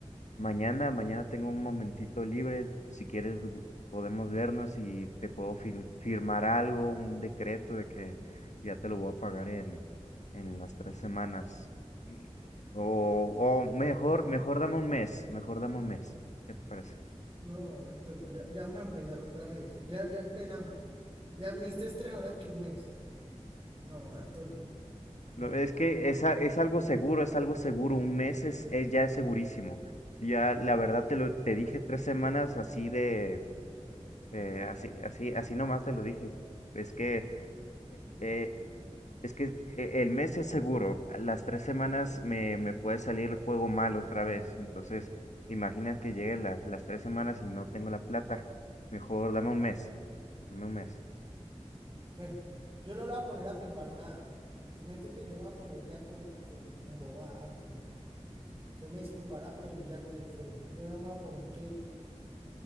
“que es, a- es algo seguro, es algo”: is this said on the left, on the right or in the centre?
Left